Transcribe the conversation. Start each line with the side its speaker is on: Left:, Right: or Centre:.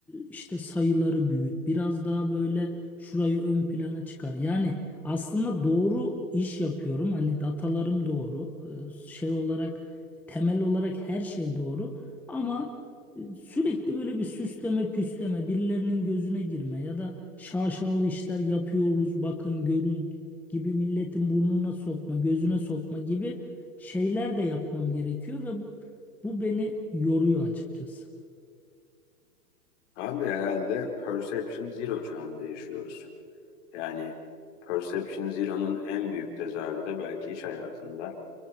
Centre: işte sayıları büyüt, biraz daha böyle şurayı ön plana çıkar. Yani aslında doğru iş yapıyorum. Hani datalarım doğru. E, Şey olarak temel olarak her şey doğru. Ama e, sürekli böyle bir süsleme püsleme, birilerinin gözüne girme ya da şaşalı işler yapıyoruz, bakın görün gibi milletin burnuna sokma, gözüne sokma gibi şeyler de yapmam gerekiyor ve bu beni yoruyor açıkçası.
Left: Abi herhalde perception zero çağında yaşıyoruz. Yani Perception Zero'nun en büyük tezahürü de belki iş hayatında.